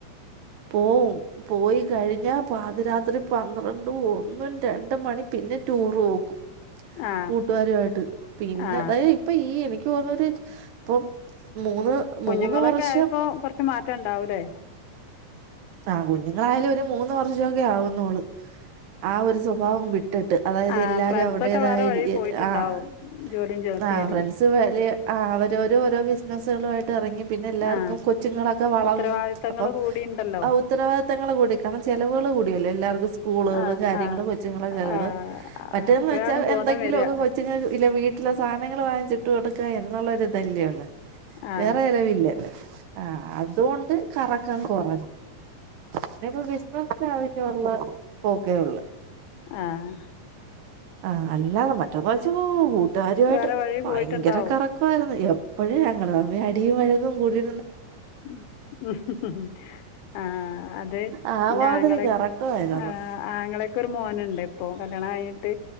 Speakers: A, on the right (about 75°); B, on the left (about 80°).
A: പോവും പോയി കഴിഞ്ഞ പാതിരാത് പന്ത്രണ്ടും ഒന്നും രണ്ടുംമണി പിന്നെ ടൂർപോക്കും
B: ആ
A: കൂട്ടുകാരുയിട്ട് പിന്നെ
B: ആ
A: അതായത് ഇപ്പ ഈ എനിക്ക് വളരെ ഇപ്പൊ മൂന്ന്
B: കുഞ്ഞുങ്ങളൊക്കെ
A: മൂന്ന് വർഷം
B: ആയപ്പോ കൊറച്ച് മാറ്റം ഉണ്ടാവൂല്ലേ
A: ആ കുഞ്ഞുങ്ങളായാലും ഒരു മൂന്ന് വർഷോക്കെ ആവും. വന്നോള് ആ ഒരു സ്വഭാവം വിട്ടിട്ട് അതായത്
B: ആ
A: എല്ലാരും
B: ഫ്രണ്ട്സൊക്കെ
A: അവരുടേതായരീതി
B: വേറെ വഴി പോയിട്ടുണ്ടാവും
A: ആ-ആ
B: ജോലിയും തേടി
A: ഫ്രണ്ട്സ് വലിയ ആ അവരവരോരോ ബിസിനസ്സുകളുയിട്ട് ഇറങ്ങി പിന്നെല്ലാർക്കും
B: ആ
A: കൊച്ചുങ്ങളൊക്കെ വളന്ന്
B: ഉത്തരവാദിത്തങ്ങൾ
A: അപ്പം
B: കൂടിയുണ്ടല്ലോ
A: ഉത്തരവാദിത്തങ്ങള്കൂടി കാരണം ചിലവുകള് കൂടിയല്ലോ എല്ലാവർക്കും സ്കൂളുകള്
B: ആ
A: കാര്യങ്ങള്
B: ആ
A: കൊച്ചുങ്ങളെ ചെലവ്
B: ആ
A: മറ്റേതെന്ന്വെച്ചാ
B: അപ്പോഴാണ് ബോധം
A: എന്തെങ്കിലുക്കെ
B: വരിക
A: കൊച്ച്ങ്ങക്ക് ഇല്ല വീട്ടി വീട്ടിലെ സാനങ്ങള് വാങ്ങിച്ചിട്ട്കൊടുക്ക്ക എന്നുള്ളൊരിതല്ലേ ഉള്ളു
B: ആ
A: വേറെചെലവില്ല ആ അതോണ്ട് കറക്കം കൊറേ അതിപ്പ ബിശപ് ആവശ്യുള്ള പോക്കെയുള്ള്
B: ആഹ്
A: ആ അല്ലാ മറ്റേത്വച്ച കൂട്ടുകാരുയിട്ട്
B: വേറെ വഴി
A: ഭയങ്കര
B: പോയിട്ടുണ്ടാവും
A: കറക്കമായിരുന്നു. അപ്പഴേ ഞങ്ങള്തമ്മി അടിയും വഴുക്കും കൂടീ
B: ഹ്മ്-ഹ്മ്-ഹ്മ്-ഹ്മ് ആ അത്
A: ആ
B: പിന്നെ
A: മാതിരി
B: ആങ്ങളെ
A: കറക്കമായിരുന്നു
B: ആ ആങ്ങളെ എനിക്കൊരു മോനുണ്ട്. ഇപ്പൊ കല്യാണംകഴിഞ്ഞിട്ട്